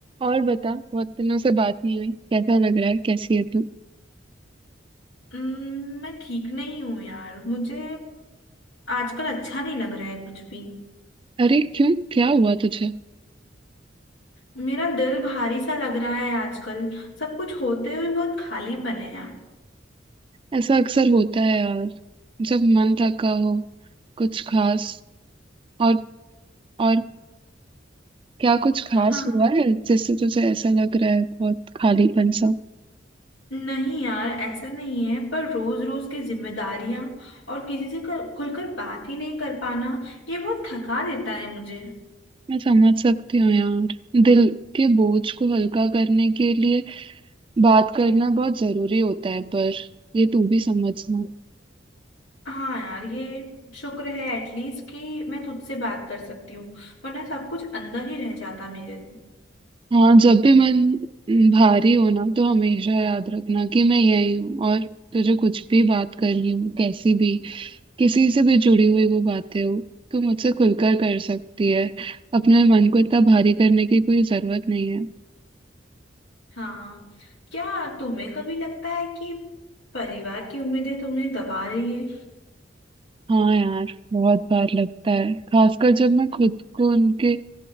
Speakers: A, on the right (about 25°); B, on the left (about 85°).
A: और बता बहुत दिनों से बात नहीं हुई कैसा लग रहा है कैसी है तू
B: उम्म, मैं ठीक नहीं हूँ यार मुझे आजकल अच्छा नहीं लग रहा है कुछ भी
A: अरे क्यों क्या हुआ तुझे
B: मेरा दिल भारी सा लग रहा है आजकल सब कुछ होते हुए बहुत खालीपन है यार
A: ऐसा अक्सर होता है यार जब मन थका हो कुछ खास और और क्या कुछ खास
B: हाँ
A: हुआ है जिससे तुझे ऐसा लग रहा है बहुत खालीपन सा
B: नहीं यार ऐसा नहीं है पर रोज रोज की जिम्मेदारियां और किसी से कर, खुलकर बात ही नहीं कर पाना ये बहुत थका देता है मुझे
A: मैं समझ सकती हूँ यार दिल के बोझ को हल्का करने के लिए बात करना बहुत जरूरी होता है पर ये तू भी समझना
B: हाँ यार ये शुक्र है एटलीस्ट कि मैं तुझसे बात कर सकती हूँ वरना सब कुछ अंदर ही रह जाता मेरे तो।
A: हाँ जब भी मन भारी हो ना तो हमेशा याद रखना कि मैं यही हूँ और तुझे कुछ भी बात करनी हो कैसी भी किसी से भी जुड़ी हुई वो बातें हो तू मुझसे खुलकर कर सकती है अपने मन को इतना भारी करने की कोई जरूरत नहीं है
B: हाँ क्या तुम्हें कभी लगता है कि परिवार की उम्मीदें तुमने दबा रही है
A: हाँ यार बहुत बार लगता है खासकर जब मैं खुद को उनके